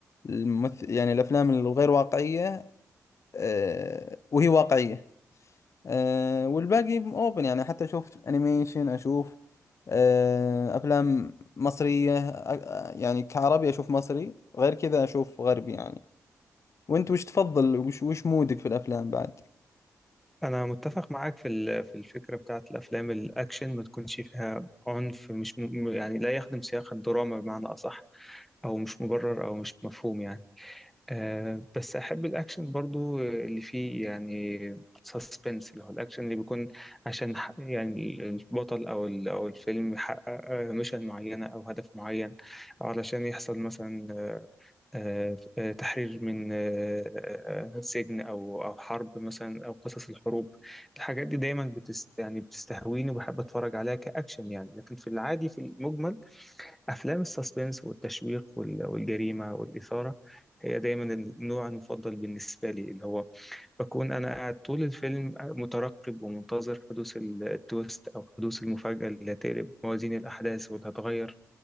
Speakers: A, on the left; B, in the centre.
A: الممثل يعني الافلام الغير واقعية آه، وهي واقعية أه والباقي اوبن يعني حتى اشوف انيميشن اشوف أه افلام مصرية أ- يعني كعربي اشوف مصري غير كذا اشوف غربي يعني وانت وش تفضل وش وش مودك في الافلام بعد
B: انا متفق معاك في ال- في الفكره بتاعت الافلام الاكشن ما تكونش فيها عنف مش م... يعني لا يخدم سياق الدراما بمعنى اصح او مش مبرر او مش مفهوم يعني أه بس احب الاكشن برضو اللي فيه يعني سسبنس اللي هو الاكشن اللي بيكون عشان ح- يعني البطل او ال- او الفيلم يحقق آه، ميشن معينه او هدف معين او علشان يحصل مثلا آه، آه، تحرير من آه، آه، سجن او او حرب مثلا او قصص الحروب الحاجات دي دايما بتست يعني بتستهويني وبحب اتفرج عليها كاكشن يعني لكن في العادي في المجمل افلام السسبنس والتشويق وال- والجريمه والاثاره هي دايما النوع المفضل بالنسبه لي اللي هو بكون انا قاعد طول الفيلم مترقب ومنتظر حدوث التويست او حدوث المفاجاه اللي هتقلب موازين الاحداث واللي هتغير